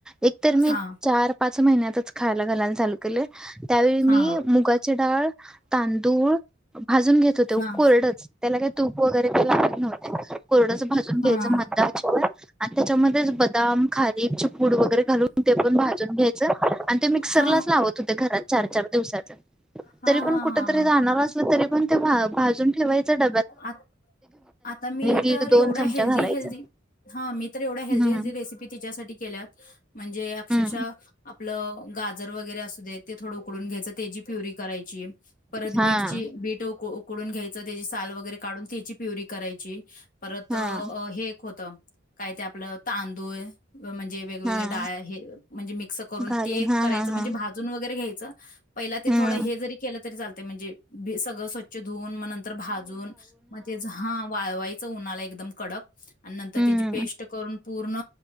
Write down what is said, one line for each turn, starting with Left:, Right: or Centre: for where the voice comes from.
Centre: एकतर मी
Left: हा
Centre: चार पाच महिन्यातच खायला घालायला चालू केले त्यावेळी मी
Left: हा
Centre: मुगाची डाळ तांदूळ भाजून घेत होते
Left: हा हा
Centre: कोरडच तूप वगैरे ते लात नव्हत कोरडाच भाजून घ्यायचं
Left: हा
Centre: मदाचीवर आणि त्याच्यामध्येच बदाम खारीप चिपूड वगैरे घालून ते पण भाजून घ्यायचं आणि ते मिक्सरलाच
Left: हा
Centre: लावत होते र चार चार दिवसाचं
Left: हा हा
Centre: तरी पण
Left: हा
Centre: कुठ तरी जाणार असल तरी पण ते भा भाजून ठेवांयच ड
Left: आत आता मी
Centre: दीड
Left: तर
Centre: दोन
Left: एवढ्या
Centre: चमचा
Left: हेल्दी,
Centre: घालायचा.
Left: हेल्दी, हा मी तर एवढ्या हेल्दी,
Centre: हम्म.
Left: हेल्दी, रेसिपी तिच्यासाठी केल्यात, म्हणजे अक्षरशः
Centre: हम्म
Left: आपलं गाजर, वगैरे असू दे ते थोडं ऊ कडून घ्यायच त्याची प्युरी करायची. परत
Centre: हा.
Left: बीटची बीट ऊक डून घ्यायचं त्याची साल व गैरे काडून त्याची प्युरी करायची. परत
Centre: हा
Left: हे! होत काय ते आपलं तांदूळ. म्हणजे वेगवेगळे
Centre: हा
Left: डाळ हे म्हणजे मिक्स करून
Centre: घालून
Left: ते
Centre: हा
Left: करायचं
Centre: हा
Left: म्हणजे
Centre: हा.
Left: भाजून वगैरे घ्याय च पहिला ते
Centre: हम्म
Left: थोडं हे जरी केल तरी चाल म्हणे बे सगळ स्वचछ धुवून मन नंतर भाजून मग तेच हा वाळ वायचं उन्हाला एकदम कडक. आणि नंतर
Centre: हम्म.
Left: त्याची पेस्ट करून पूर्ण